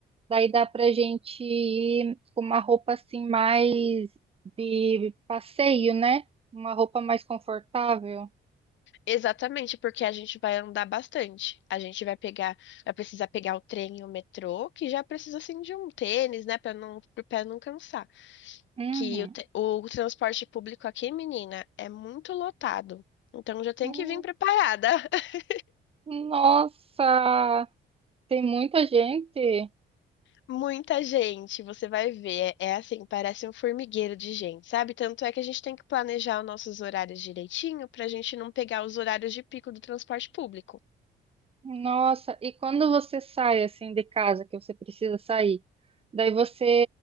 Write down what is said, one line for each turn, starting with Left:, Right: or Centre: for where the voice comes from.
Right: Daí dá pra gente ir com uma roupa assim mais de passeio, né? Uma roupa mais confortável.
Left: Exatamente, porque a gente vai andar bastante. A gente vai pegar, vai precisar pegar o trem e o metrô, que já precisa assim de um tênis, né, para não, pro pé não cansar.
Right: Uhum.
Left: Que o, te- o transporte público aqui, menina, é muito lotado. Então já tem
Right: Hum,
Left: que vir preparada. <laughs>
Right: Nossa, tem muita gente.
Left: Muita gente, você vai ver. É, é assim, parece um formigueiro de gente, sabe? Tanto é que a gente tem que planejar os nossos horários direitinho para a gente não pegar os horários de pico do transporte público.
Right: Nossa, e quando você sai assim de casa, que você precisa sair, daí você